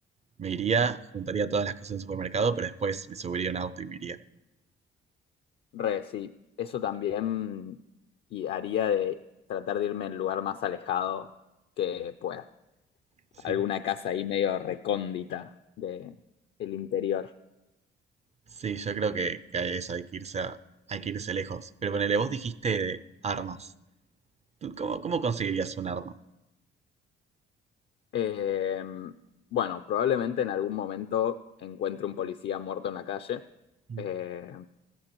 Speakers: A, on the right; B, on the left.
A: me iría, juntaría todas las cosas en un supermercado, pero después me subiría a un auto y me iría.
B: Re, sí, eso también y haría de tratar de irme al lugar más alejado que pueda.
A: Sí,
B: alguna casa ahí medio recóndita de, del interior.
A: Sí, yo creo que, que a eso hay que irse a- hay que irse lejos. Pero ponele, vos dijiste de armas. ¿Tú cómo, cómo conseguirías un arma?
B: Eh, bueno, probablemente en algún momento encuentre un policía muerto en la calle
A: Mm,
B: eh,